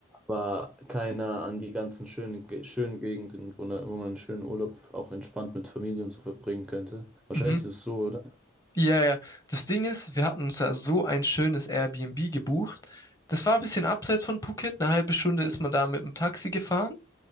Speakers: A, in the centre; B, on the left.
A: war keiner an die ganzen schönen, Ge- schönen Gegenden, wo, ne- wo man einen schönen Urlaub auch entspannt mit Familie und so verbringen könnte. Wahrscheinlich
B: Mhm.
A: ist es so, oder?
B: Ja, ja. Das Ding ist, wir hatten uns da so ein schönes Airbnb gebucht. Das war ein bisschen abseits von Phuket. Eine halbe Stunde ist man da mit dem Taxi gefahren,